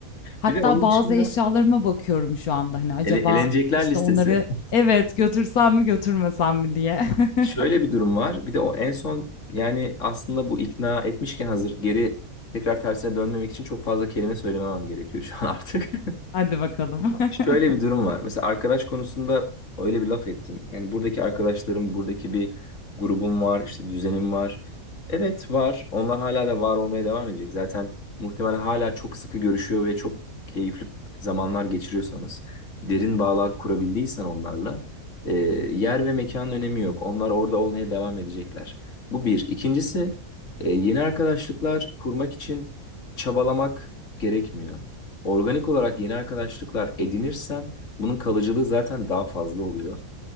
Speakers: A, on the left (about 85°); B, on the left (about 60°).
A: Hatta
B: Bir de onun
A: bazı
B: dışında
A: eşyalarıma bakıyorum şu anda hani acaba
B: ele elenecekler
A: işte
B: listesi.
A: onları evet götürsem mi götürmesem mi diye. <laughs>
B: Şöyle bir durum var. Bir de o en son yani aslında bu ikna etmişken hazır geri tekrar tersine dönmemek için çok fazla kelime söylememem gerekiyor şu an <laughs> artık.
A: Hadi bakalım.
B: Şöyle
A: <laughs>
B: bir durum var. Mesela arkadaş konusunda öyle bir laf ettin. Yani buradaki arkadaşlarım, buradaki bir grubum var, işte düzenim var. Evet var. Onlar hala da var olmaya devam edecek. Zaten muhtemelen hala çok sıkı görüşüyor ve çok keyifli zamanlar geçiriyorsanız, derin bağlar kurabildiysen onlarla, e, yer ve mekanın önemi yok. Onlar orada olmaya devam edecekler. Bu bir. İkincisi, e, yeni arkadaşlıklar kurmak için çabalamak gerekmiyor. Organik olarak yeni arkadaşlıklar edinirsen bunun kalıcılığı zaten daha fazla oluyor.